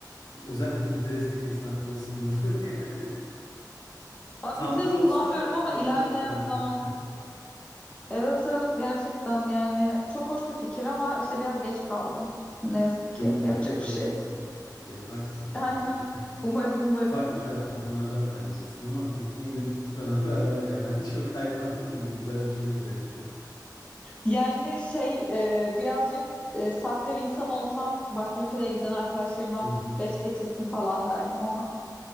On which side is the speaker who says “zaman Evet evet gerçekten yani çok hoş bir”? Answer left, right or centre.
Left